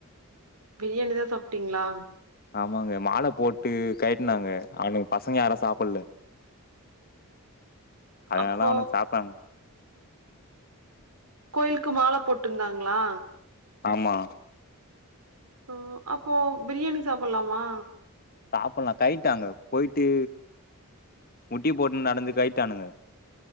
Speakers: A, on the right; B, on the left.
A: பிரியாணி தா சாப்ட்டீங்ளா
B: ஆமாங்க மால போட்டு கயட்னாங்க அவனுங் பசங்க யாரு சாப்பில்ல அதனாலதா
A: அப்போ
B: அவனுங் சாப்ட்டாங்க
A: கோயில்கு மால போட்டுந்தாங்களா
B: ஆமா
A: ஆ அப்போ பிரியாணி சாப்புல்லாமா
B: சாப்பல்லா கைட்டாங்க போயிட்டு முட்டி போட்டுன் நடந்து கயிட்டானுங்க